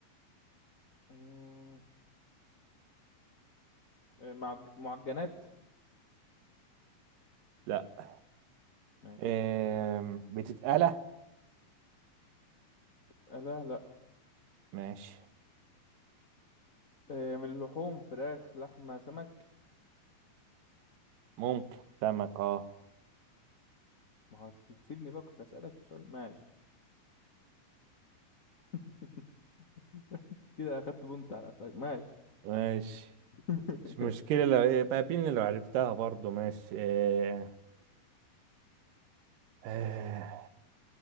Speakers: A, on the left (about 70°); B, on the right (about 75°).
A: أمم، آه، معج... معجنات
B: لا
A: ماشي
B: آم، بتتقلى
A: آه لا لا
B: ماشي
A: آه من اللحوم فراخ لحمة سمك
B: ممكن سمك اه
A: ما هو تسيبني بقى كنت أسألك السؤال ماشي <laughs> كده أخدت بنت على قفاك ماشي
B: ماشي
A: <laughs>
B: مش مشكلة
A: يلا.
B: لو إيه، بقى بين لو عرفتها برضو ماشي آه، آه،